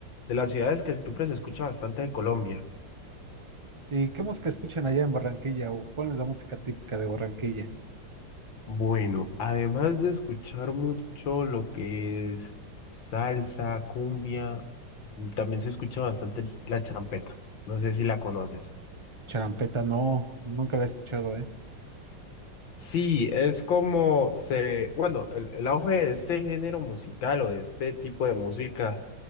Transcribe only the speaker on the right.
¿Y qué música escuchan allá en Barranquilla? ¿O cuál es la música típica de Barranquilla?
Charampeta, no, nunca la he escuchado, ¿eh?